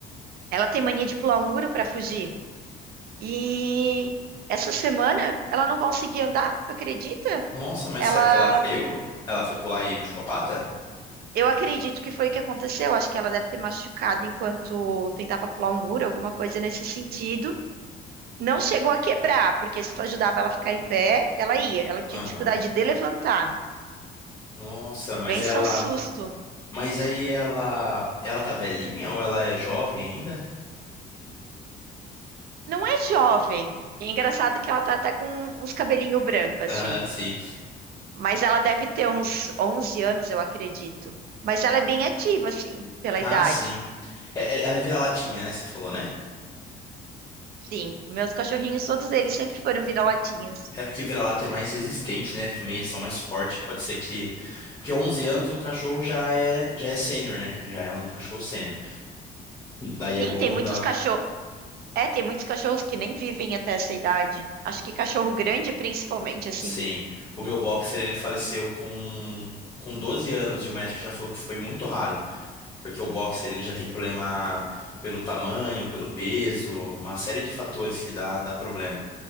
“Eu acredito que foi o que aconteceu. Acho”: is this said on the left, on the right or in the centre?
Right